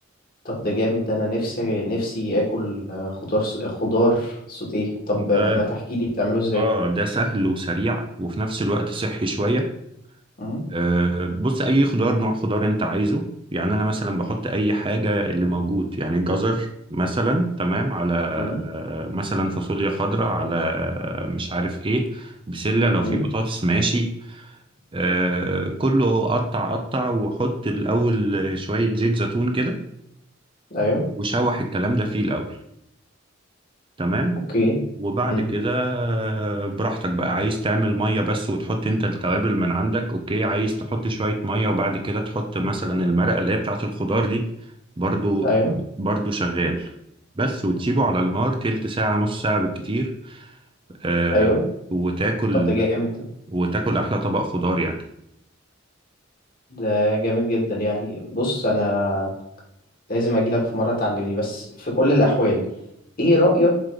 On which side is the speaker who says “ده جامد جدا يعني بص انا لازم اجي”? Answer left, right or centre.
Left